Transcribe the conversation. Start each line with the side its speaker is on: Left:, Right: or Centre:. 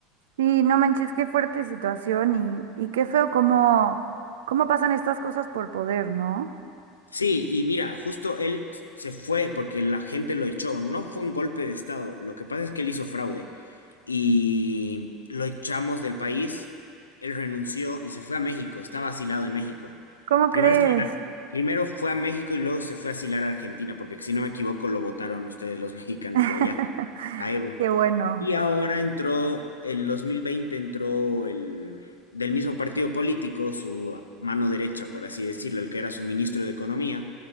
Right: Sí, no manches, qué fuerte situación y, y qué feo cómo, cómo pasan estas cosas por poder, ¿no?
Left: Sí, y mira, justo él se fue porque la gente lo echó. No fue un golpe de estado. Lo que pasa es que él hizo fraude. Y lo echamos del país. Él renunció y se fue a México. Estaba asilado en México.
Right: ¿Cómo
Left: Primero,
Right: crees?
Left: primero fue a México y luego se fue a asilar a Argentina, porque si no me equivoco lo votaron ustedes los <laughs> mexicanos
Right: <laughs>
Left: de allá a Evo.
Right: Qué bueno.
Left: Y ahora entró, el 2020 entró el del mismo partido político, su mano derecha, por así decirlo, el que era su ministro de Economía,